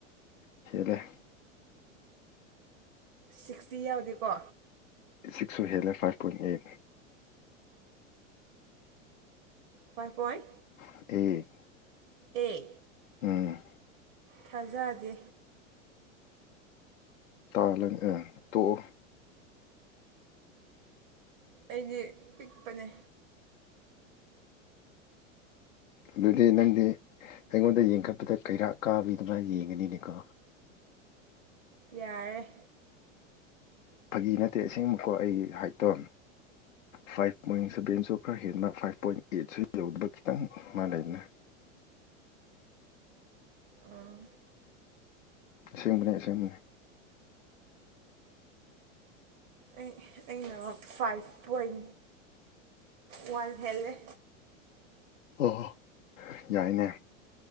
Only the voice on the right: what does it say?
ꯁꯤꯛꯁꯇꯤ ꯌꯥꯎꯗꯦꯀꯣ
ꯐꯥꯏꯚ ꯄꯣꯏꯟ
ꯑꯦ
ꯊꯥꯖꯗꯦ
ꯑꯩꯗꯤ ꯄꯤꯛꯄꯅꯦ
ꯌꯥꯔꯦ
ꯑꯥ
ꯑꯩ ꯑꯩꯅ ꯐꯥꯏꯚ ꯄꯣꯏꯟ ꯋꯥꯟ ꯍꯦꯜꯂꯦ